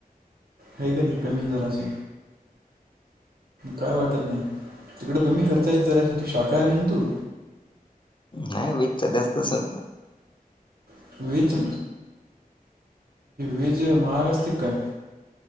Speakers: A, on the right; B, on the left.
A: आहे का नाय, कमी जरा अस? काय वाटत नाही, तिकडं कमी खर्चायचं जरा शी तू शाकाहारी हेन तू?
B: नाही वेजच जास्त असण.
A: <unintelligible> म्हणजे वेज महाग असते काय?